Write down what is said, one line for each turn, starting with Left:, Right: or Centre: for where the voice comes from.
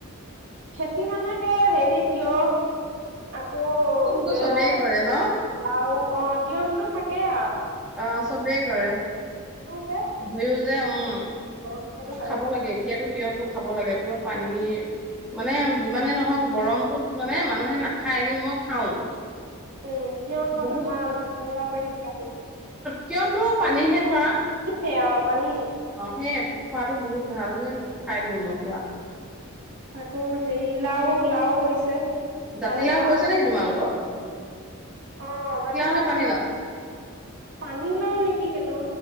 Right: খেতি মানে সে হেৰি তি'য়হ, আকৌ
Centre: কিন্তু
Right: এয়া
Centre: চবেই কৰে ন
Right: বাও অ' তিয়হতো থাকে <unintelligible>
Centre: অ' চবেই কৰে
Right: যে
Centre: হয়ও যে, উম
Right: অ সেইটো কাৰণে
Centre: খাব লাগে এতিয়াতো তিয়হতো খাব লাগে পুৰা পানী মানে যিমানে নহওক গৰমটোত মানে মানুহে নাখায়। কিন্তু মই খাওঁ।
Right: উম, তি'য়হ খোৱাত
Centre: বহুত
Right: ভাল, ঠাণ্ডা পৰি থাকে গাটো।
Centre: টিয়হতো পানীহে।। হা আ।
Right: সেয়া অ।। পানী।।
Centre: সেয়ে খোৱাতো বহুত ভাল যে, খাই দিওঁ মই পুৰা।
Right: আকৌ হেৰি লাওঁ লাওঁ কৰিছে।
Centre: জাতিলাও
Right: পানীলাও
Centre: হৈছে নেকি? তোমালোকৰ
Right: অ জাতিলাও
Centre: নে পানীলাও
Right: পানী লাও নেকি সেইটো